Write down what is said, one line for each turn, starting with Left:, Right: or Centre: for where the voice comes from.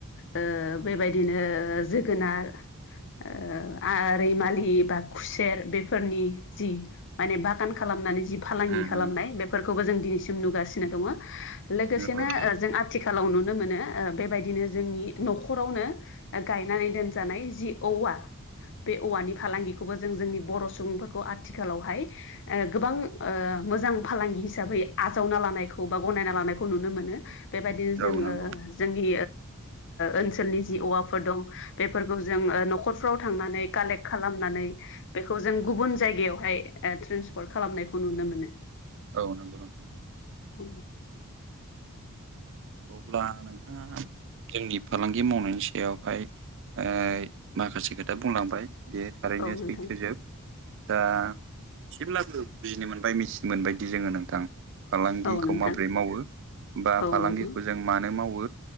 Left: ओ बेबायदिनो जोगोनार ओ आ रैमालि बा खुसेर बेफोरनि जि माने बागान खालामनानै <unintelligible> जि फालांगि
Right: उम
Left: खालामनाय बेफोरखौबो जों दिनैसिम नुगासिनो दङ। लोगोसेनो
Right: नंगौ नोंथां
Left: ओ जों आथिखालाव नुनो मोनो ओ बेबायदिनो जोंनि न'खरावनो गायनानै दोनजानाय जि <unintelligible> औवा। बे औवानि फालांगिखौबो जों जोंनि बर' सुबुंफोरखौ आथिखालावहाय ओ गोबां ओ मोजां फालांगि हिसाबै आजावना लानायखौ बा गनायना लानायखौ नुनो मोनो। बेबायदिनो जोङो,
Right: औ नंगौ
Left: जोंनि ओनसोलनि जि औवाफोर दं बेफोरखौ जों न'खरफ्राव थांनानै कालेक्ट खालामनानै बेखौ जों गुबुन जायगायावहाय ओ ट्रेन्सपर्ट खालामनायखौ नुनो मोनो।
Right: औ नंगौ नोंथां।
Left: औ
Right: अब्ला नोंथाङा जोंनि फालांगि मावनायनि सायावहाय ओ माखासे खोथा बुंलांबाय। बे थारैनो
Left: नोंथां
Right: सैथोजोब दा एसेब्लाबो बुजिनो मोनबाय, मिथिनो मोनबायदि जोङो नोंथां। फालांगिखौ
Left: औ नोंथां
Right: माबोरै मावो बा
Left: औ
Right: फालांगिखौ
Left: नोंथां
Right: जों मानो मावो।